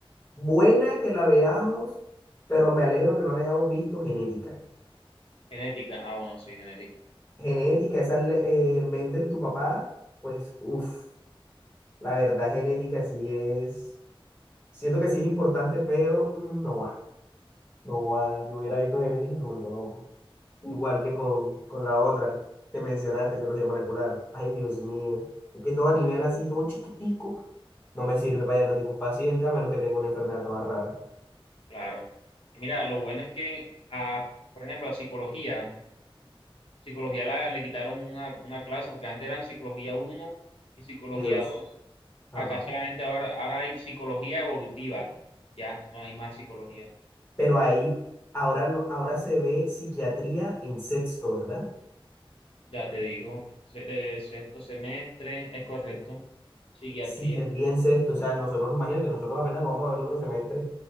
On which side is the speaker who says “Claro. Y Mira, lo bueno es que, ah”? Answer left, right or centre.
Left